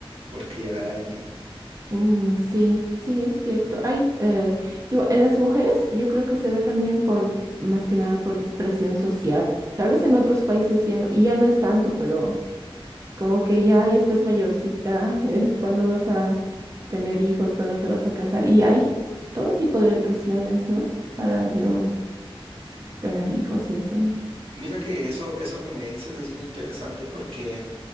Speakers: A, on the right; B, on the right.
A: por criar a alguien.
B: Mm, sí, sí, es cierto. Hay, eh, igual, en las mujeres yo creo que se ve también por, más que nada por presión social. Tal vez en otros países ya no, y ya no es tanto, pero es como que ya, ya estás mayorcita, <laughs> eh, ¿cuándo vas a tener hijos? ¿Cuándo te vas a casar? Y hay todo tipo de presiones, ¿no? Para, digamos, tener hijos y eso.
A: Mira que eso, eso que me dices es muy interesante porque